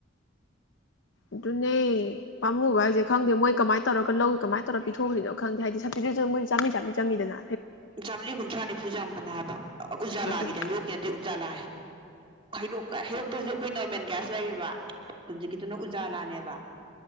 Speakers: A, on the left; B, on the right.
A: ꯑꯗꯨꯅꯦ ꯄꯥꯃꯨꯕ ꯍꯥꯏꯁꯦ ꯈꯪꯗꯦ ꯃꯣꯏ ꯀꯃꯥꯏ ꯇꯧꯔꯒ ꯂꯧꯏ ꯀꯃꯥꯏꯅ ꯇꯧꯔꯒ ꯄꯤꯊꯈꯁꯤꯅ ꯈꯪꯗꯦ ꯍꯥꯏꯗꯤ ꯁꯞꯤꯗꯁꯨ ꯃꯣꯏ ꯆꯥꯃꯤ ꯆꯥꯝ ꯆꯪꯉꯗꯅ
B: ꯆꯥꯝꯔꯤ ꯀꯨꯟꯊ꯭ꯔꯥ ꯅꯤꯐꯨ ꯆꯪꯕꯅꯦ ꯍꯥꯏꯕ ꯎꯖꯥꯂꯥꯒꯤꯗꯤ
A: ꯑꯗꯨꯅꯤ
B: ꯍꯩꯔꯣꯛꯀꯤ ꯅꯠꯇꯇꯩ ꯎꯖꯥꯂꯥ ꯍꯩꯔꯣꯛꯀ ꯍꯩꯔꯣꯛꯇꯁꯨ ꯑꯩꯈꯣꯏ ꯒ꯭ꯌꯥꯁ ꯂꯩꯌꯦꯕ ꯍꯧꯖꯤꯛꯀꯤꯗꯨꯅ ꯎꯖꯥ ꯂꯥꯅꯦꯕ